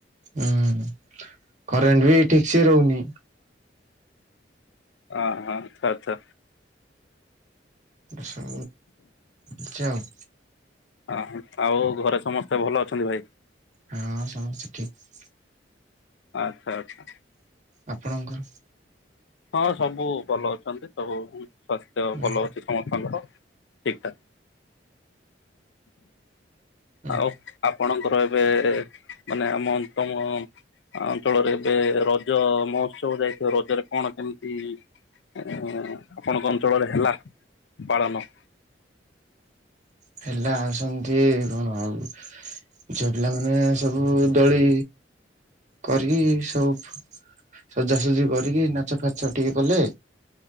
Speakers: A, on the right; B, on the left.
A: ହୁଁ କରେଣ୍ଟ ବି ଠିକ ସେ ରହୁନି।
B: ହଁ ହଁ ଥା
A: ଆଶୁ। ଆଛା ଆଉ।
B: ଅ ଆଉ ଘରେ ସମସ୍ତେ ଭଲ ଅଛନ୍ତି ଭାଇ।
A: ହଁ ସମସ୍ତେ ଠିକ।
B: ଆଚ୍ଛା ଆଚ୍ଛା।
A: ଆପଣଙ୍କର
B: ହଁ ସବୁ ଭଲ ଅଛନ୍ତି ସବୁ ସ୍ୱାସ୍ଥ୍ୟ
A: ହୁଁ
B: ଭଲ ଅଛି ସମସ୍ତଙ୍କର ଠିକଠାକ୍।
A: ହୁଁ।
B: ଆଉ ଆପଣଙ୍କର ଏବେ ମାନେ ଆମ ଅନ୍ତମ ଅଞ୍ଚଳରେ ଏବେ ରଜ ମହୋତ୍ସବ ଯାଇଥିବ ରଜରେ କଣ କେମିତି ଆପଣଙ୍କ ଅଞ୍ଚଳରେ ହେଲା ପାଳନ?
A: ହେଲା ଆସନ୍ତି କଣ ଆଉ? ଝିଅ ପିଲାମାନେ ସବୁ ଦୋଳି କରିକି ସବୁ ସଜାସଜି କରିକି ନାଚ ଫାଚ ଟିକେ କଲେ।